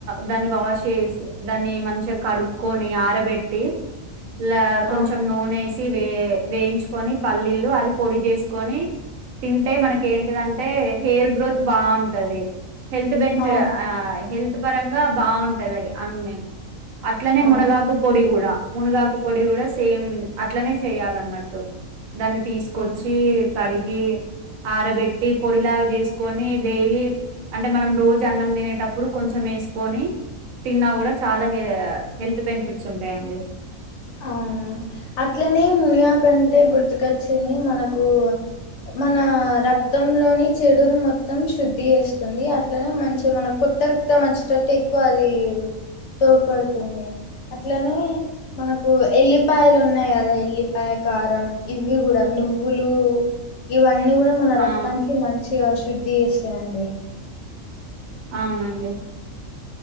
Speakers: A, on the right; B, on the left.
A: దాన్ని వాష్ చేసి దాన్ని మంచిగా కడుక్కొని ఆరబెట్టి లా కొంచెం
B: ఆ
A: నూనె సి వే వేయించుకొని పల్లీలు అది పొడి చేసుకొని తింటే మనకు ఏంటిదంటే హేర్ గ్రోత్ బాగుంటది హెల్త్ బెన్స్
B: అవును అవును
A: ఆ హెల్త్ పరంగా బాగుంటది అన్ని అట్లనే
B: అవును.
A: మునగాకు పొడి కూడా మునగాకు పొడి కూడా సేమ్ అట్లనే చేయాలన్నట్టు దాన్ని తీసుకొచ్చి
B: ఆ
A: కడిగి ఆరబెట్టి పొడిలాగా చేసుకొని డైలీ అంటే మనం రోజు అన్నం తినేటప్పుడు కొంచెం వేసుకొని తిన్నా కూడా చాలా హె హెల్త్ బెనిఫిట్స్ ఉంటాయండి
B: అవునా అట్లనే మునుగాకంటే గుర్తుకొచ్చింది మనకు మన రక్తంలోని చెడును మొత్తం శుద్ధి చేస్తుంది అట్లనే మంచిగా మన కొత్త రక్తం మోచ్చటట్టు ఎక్కువ అది తోడ్పడుతుంది అట్లనే మనకు ఎల్లిపాయలు ఉన్నాయి కదా ఎల్లిపాయ కారం ఇవి కూడా నువ్వులు ఇవన్నీ కూడా మన రక్తానికి
A: ఆ
B: మంచిగా శుద్ధి చేస్తాయండి
A: అవునండి